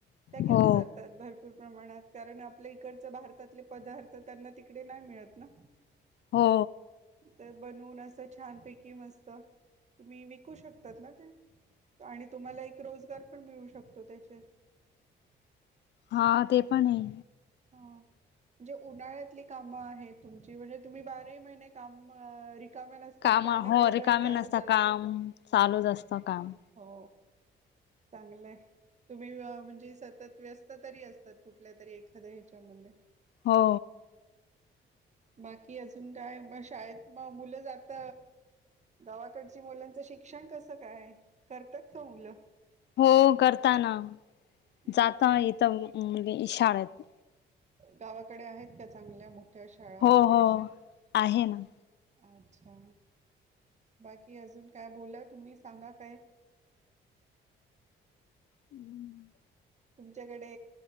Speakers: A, on the right; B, on the left.
A: त्या घेऊन
B: हो
A: जातात भरपूर प्रमाणात. कारण आपल्या इकडचे भारतातले पदार्थ त्यांना तिकडे नाही मिळत ना.
B: हो.
A: तर बनून असं छानपैकी मस्त तुम्ही विकू शकतात ना ते आणि तुम्हाला एक रोजगार पण मिळू शकतो. त्याचे
B: हा ते पण आहे.
A: ह म्हणजे उन्हाळ्यातली कामं आहेत तुमची म्हणजे तुम्ही बाराही महिने काम रिकामे नसतात
B: काम
A: काही ना
B: हो
A: काही
B: अरे
A: कर
B: कामी
A: चालूच
B: नसत
A: असतात.
B: काम चालूच असतं काम.
A: हो. चांगलंय. तुम्ही म्हणजे सतत व्यस्त तरी असतात कुठल्या तरी एखाद्या ह्याच्यामध्ये.
B: हो.
A: बाकी अजून काय मग शाळेत मग मुलं जात गावाकडची मुलांचं शिक्षण कसं काय? करतात का मुलं.
B: हो करताना
A: हं,
B: जात
A: पण
B: इथ इशाळेत.
A: गावाकडे आहेत त्या चांगल्या मोठ्या शाळा
B: हो
A: वगैरे
B: हो,
A: अशा?
B: आहे ना.
A: अच्छा बाकी अजून काय बोला तुम्ही सांगा काय.
B: हम्म.
A: तुमच्याकडे